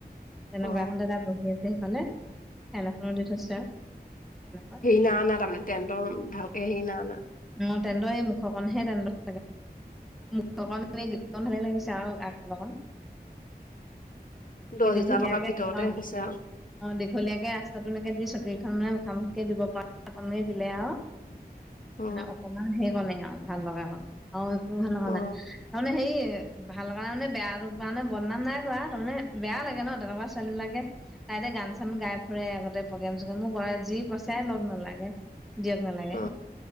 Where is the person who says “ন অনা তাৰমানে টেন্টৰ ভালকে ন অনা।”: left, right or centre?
Left